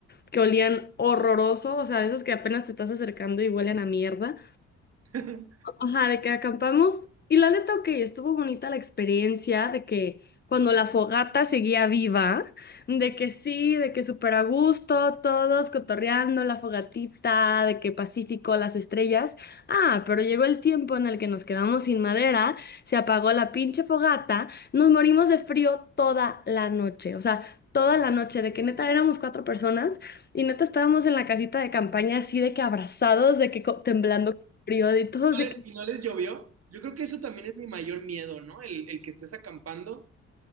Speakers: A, on the left (about 35°); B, on the right (about 55°).
A: que olían horroroso, o sea, de esos que apenas te estás acercando y huelen a mierda.
B: <laughs>
A: Ajá, de que acampamos. Y la neta, ok, estuvo bonita la experiencia de que cuando la fogata seguía viva, de que sí, de que súper a gusto, todos cotorreando la fogatita, de que Pacífico, las estrellas. Ah, pero llegó el tiempo en el que nos quedamos sin madera, se apagó la pinche fogata, nos morimos de frío toda la noche. O sea, toda la noche, de que neta éramos cuatro personas y neta estábamos en la casita de campaña así de que abrazados, de que co- temblando frío, de todos
B: no
A: de
B: le- y no les llovió. Yo creo que eso también es mi mayor miedo, ¿no? El, el que estés acampando